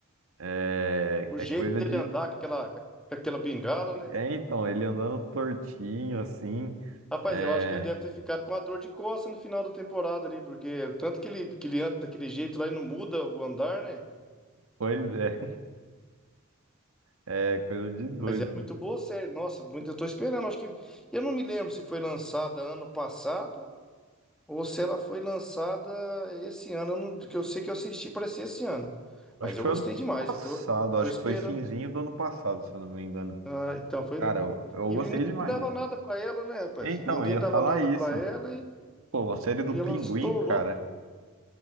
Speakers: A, on the right (about 85°); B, in the centre.
A: é
B: O
A: é
B: jeito
A: coisa
B: dele
A: de
B: andar com aquela, com aquela bengala, né?
A: É, então, ele andando tortinho, assim.
B: Rapaz,
A: É,
B: eu acho que ele deve ter ficado com a dor de costa no final da temporada ali, porque tanto que ele, que ele anda daquele jeito lá e não muda o andar, né?
A: pois é, é coisa de doido.
B: Mas é muito boa a série. Nossa, muito, eu tô esperando. Acho que. Eu não me lembro se foi lançada ano passado ou se ela foi lançada esse ano. eu não- que eu sei que eu assisti, parece esse ano.
A: Acho
B: Mas
A: que
B: eu
A: foi
B: gostei
A: ano
B: demais.
A: passado,
B: Eu tô,
A: acho
B: tô esperando.
A: que foi finzinho do ano passado, se eu não me engano.
B: Ah, então foi.
A: Cara, eu, eu
B: E
A: gostei
B: ninguém
A: demais.
B: dava
A: assim.
B: nada pra ela, né, rapaz?
A: Então,
B: Ninguém
A: eu ia
B: dava
A: falar
B: nada
A: isso.
B: pra ela e,
A: Pô, a série
B: e
A: do Pinguim,
B: ela estourou.
A: cara.